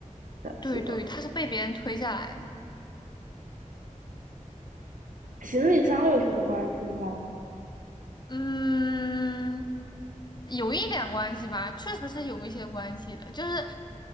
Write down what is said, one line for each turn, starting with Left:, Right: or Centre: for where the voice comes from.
Right: 摔死的。
Left: 对对，他是被别人推下来的。
Right: 行李箱有什么关系吗？
Left: 嗯，有一点关系吧，确实是有一些关系的。就是，